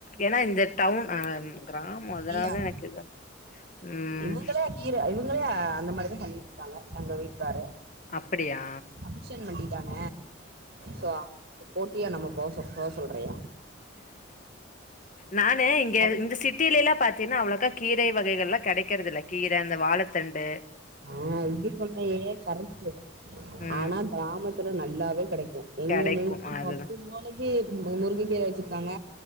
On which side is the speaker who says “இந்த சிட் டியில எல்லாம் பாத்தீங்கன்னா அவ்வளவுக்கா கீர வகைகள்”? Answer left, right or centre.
Left